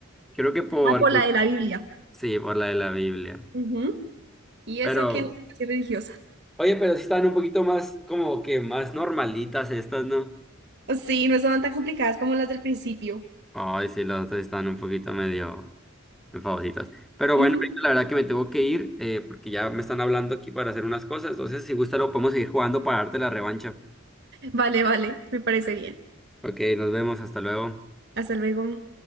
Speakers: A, in the centre; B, on the right.
A: Creo que por...
B: Ah, por la de la Biblia.
A: Sí, por la de la Biblia.
B: Ujú. Y
A: Pero...
B: eso que no soy religiosa.
A: Oye, pero sí están un poquito más, como que más normalitas estas, ¿no?
B: Sí, no estaban tan complicadas como las del principio.
A: Ay, sí, las otras sí están un poquito medio... en favoritas. Pero
B: Ujú.
A: bueno, ahorita la verdad que me tengo que ir eh, porque ya me están hablando aquí para hacer unas cosas. Entonces, si gusta, lo podemos seguir jugando para darte la revancha.
B: Vale, vale, me parece bien.
A: Ok, nos vemos, hasta luego.
B: Hasta luego.